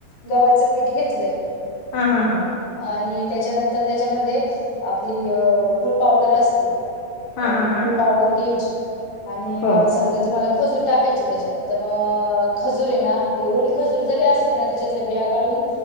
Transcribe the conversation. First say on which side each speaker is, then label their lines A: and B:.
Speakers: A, on the left; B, on the left.
A: गव्हाचं पीठ घेतलंय
B: हा हा हा
A: आणि त्याच्यानंतर त्याच्यामध्ये आपली गुळ पावडर असतील
B: हा
A: अ
B: हा हा
A: गुळ पावडर घ्यायची आणि
B: हो.
A: समजा तुम्हाला खजूर टाकायची त्याच्यात तर मग खजूर आहे ना आपली ओली खजूर जरी असली ना त्याच्यात त्यातल्या बिया काढून